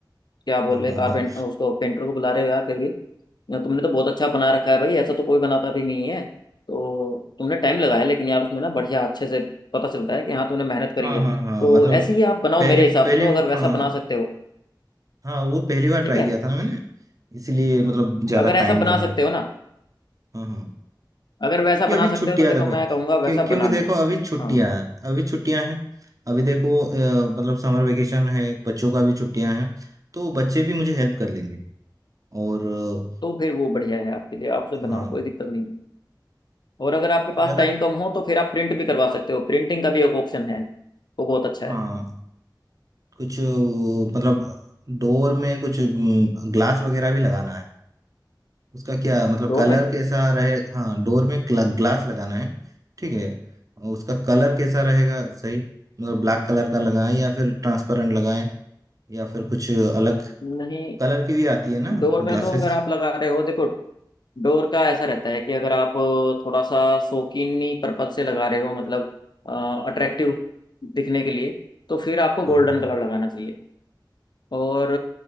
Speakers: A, on the left; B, on the right.
A: क्या बोल
B: हाँ
A: रहे
B: हाँ
A: कारपेंट
B: हाँ
A: उसको पेंटर को बुला रहे हो यार फिर भी ना, तुमने तो बहुत अच्छा बना रखा है भाई ऐसा तो कोई बनाता भी नहीं है तो तुमने टाइम लगाया लेकिन यार उसमें ना बढ़िया अच्छे से पता चलता है कि हाँ तुमने मेहनत करी
B: हाँ
A: है
B: हाँ हाँ
A: तो
B: मतलब
A: ऐसे ही आप बनाओ
B: पहली
A: मेरे हिसाब
B: पहली
A: से तो अगर वैसा
B: हाँ
A: बना सकते हो
B: हाँ वो पहली बार ट्राई
A: ठीक है
B: किया था ना मैंने इसीलिए मतलब
A: हम्म
B: ज्यादा
A: अगर ऐसा
B: टाइम लगा
A: बना सकते हो ना
B: हाँ हाँ
A: अगर वैसा
B: क्योंकि
A: बना
B: अभी छुट्टियां
A: सकते हो तो देखो
B: देखो
A: मैं कहूँगा
B: क्यों
A: वैसा
B: क्योंकि
A: बना
B: देखो
A: लो
B: अभी छुट्टियां
A: हाँ
B: हैं अभी छुट्टियां हैं अभी देखो अ, मतलब समर वेकेशन है बच्चों का भी छुट्टियां हैं तो बच्चे भी मुझे हेल्प कर लेंगे और अ,
A: तो फिर वो बढ़िया है आपके लिए आपसे बनाओ
B: हाँ
A: कोई दिक्कत नहीं और अगर आपके पास
B: ज्यादा
A: टाइम कम हो तो फिर आप प्रिंट भी करवा सकते हो प्रिंटिंग का भी एक ऑप्शन है वो बहुत अच्छा
B: हाँ
A: है
B: कुछ अ, मतलब डोर में कुछ ग्लास वगैरह भी लगाना है उसका क्या मतलब
A: डोर
B: कलर
A: में
B: कैसा रहे हाँ डोर में ग्लास लगाना है ठीक है और उसका कलर कैसा रहेगा सही मतलब ब्लैक कलर का लगाएं या फिर ट्रांसपेरेंट लगाएं या फिर कुछ अलग
A: नहीं
B: कलर की भी आती है ना
A: डोर में
B: ग्लासेस
A: तो अगर आप लगा रहे हो देखो डोर का ऐसा रहता है कि अगर आप थोड़ा सा शौकीनी पर्पज से लगा रहे हो मतलब अट्रैक्टिव दिखने के लिए तो फिर आपको
B: हाँ
A: गोल्डन
B: हाँ
A: कलर लगाना चाहिए और